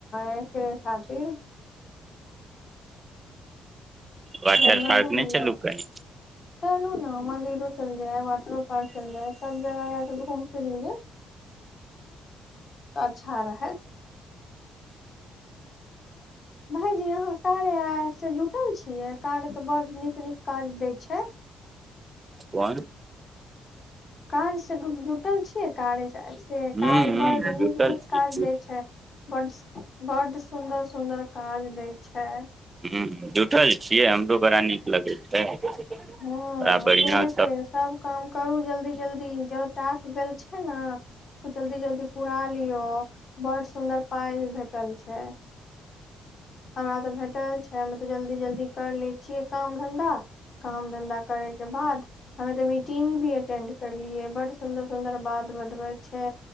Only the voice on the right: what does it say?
वाटर
पार्क
नहि
चलू कहीं
कोन
हूं
हूं
जुटल
छी
जुटल
ह जूठल छियै हमरो बड़ा नीक लगै छै
बड़ा बढ़ियां